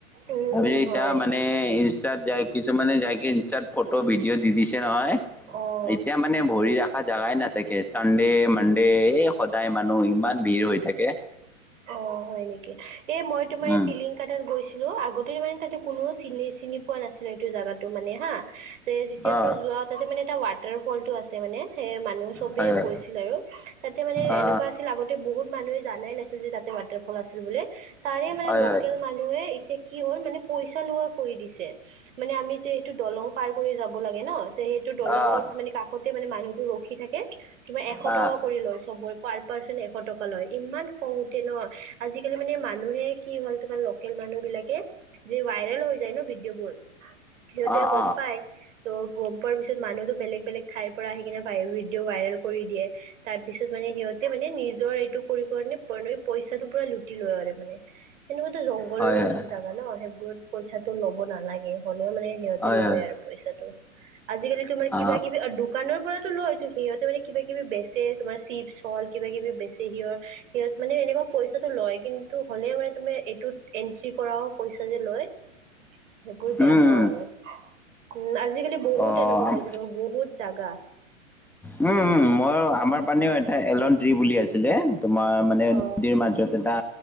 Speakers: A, on the right (about 65°); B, in the centre.
A: উম,
B: ভাবিছোঁ
A: উম,
B: এতিয়া
A: হয়,
B: মানে ইনষ্টাত যাই- কিছুমানে যাইকে ইনষ্টাত ফটো ভিডিঅ' দি দিছে নহয়,
A: অ'।
B: এতিয়া মানে- মানে ভৰি ৰখা জোগাই নাথাকে চানডে মানডে এই সদায় মানুহ ইমান ভিৰ হৈ থাকে।
A: অ, হয়, নেকি এ মই তোমাৰ
B: উম
A: এই পিলিং- তাৰ তাত গৈছিলো আগতে মানে তাতে কোনো চিনি চিনি পোৱা নাছিল এইটো জাগাতো মানে হা। যে যেতিয়াৰ
B: অ
A: পৰা যোৱা তাতে মানে এটা ৱাটাৰ ফল টো আছে মানে সেই মানুহ- চবেই
B: হয় হয়
A: গৈছিল আৰু তাতে মানে
B: অ
A: এনেকুৱা আছিল আগতে বহুত মানুহে জানে নাছিল। আজি তাতে মানে ওৱাটাৰফল আছে বোলি, তাৰে মানে
B: অ
A: লোকেল-
B: হয় হয়
A: মানুহে এতিয়া কি হ'ল, মানে পইচা লোৱা কৰি দিছে। মানে আমি যেতিয়া এইটো দলং পাৰ কৰি যাব লাগে ন। সেইটো দলঙত
B: অ
A: মানে কাষতে মানে মানুহটো ৰখি থাকে তোমাৰ এশ
B: আহ
A: টকা কৰি লয় চবৰে। পাৰ পাৰ্চন এশ টকা লয় ইমান। খঙ উঠে ন, আজিকালি মানে মানুহে কি হল তোমাৰ লোকেল মানুহ বিলাকে- যে ভাইৰেল হৈ যায়, ন ভিডিঅ' বোৰ সিহঁতে
B: অ
A: গম
B: অ
A: পাই। ত' গম পোৱাৰ পিছত মানুহতো বেলেগ বেলেগ ঠাইৰ পৰা আহি কিনে ভিডিঅ' ভাইৰেল কৰি দিয়ে। তাৰ পিছত মানে সিহঁতে মানে নিজৰ এইটো কৰিব কাৰণে- ন পইচাটো পুৰা লুটি লৈ আৰু মানে। সেনেকুৱাতো জংঘলৰ
B: হয় হয়
A: জেগা ন সেইবোৰত পইচাটো ল'ব নালাগে হলেও মানে সিহঁতে
B: হয়
A: লয়
B: হয়
A: আৰু। পইচাটো আজিকালি তোমাৰ কিবা
B: অ
A: কিবি দোকানৰ পৰাতো লয়ো সিহঁতে মানে কিবা কিবি বে- তোমাৰ চিপ চল কিবা কিবি বেচি সিহৰ- মানে এনেকুৱা পইচাটো লয় কিন্তু হ'লে মানে তুমি এইটোত- কি কৰাও পইচা যে লয়, সেইবোৰ বেয়া
B: উম
A: পাওঁ আৰু। উম আজিকালি বহুত
B: অ
A: এনেকুৱা
B: উম
A: হৈছে ন বহুত জাগা।
B: উম উম মই আমাৰ পানেও এটা এলন টি বুলি আছিলে। তোমাৰ মানে
A: অ',
B: নদীৰ মাজত এটা